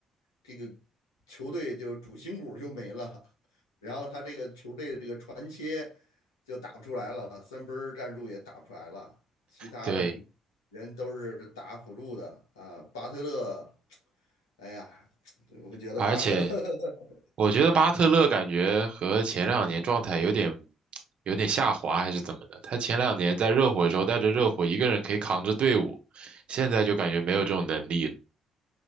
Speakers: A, on the left; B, on the right.
A: 这个球队就主心骨就没了，然后他这个球队的这个传切就打不出来了，三分儿战术也打不出来了，其他的
B: 对，
A: 人都是打辅助的啊。巴特勒，哎呀，我觉得巴特勒
B: 而且
A: <laughs>
B: 我觉得巴特勒感觉和前两年状态有点有点下滑，还是怎么的？他前两年在热火的时候带着热火一个人可以扛着队伍，现在就感觉没有这种能力了。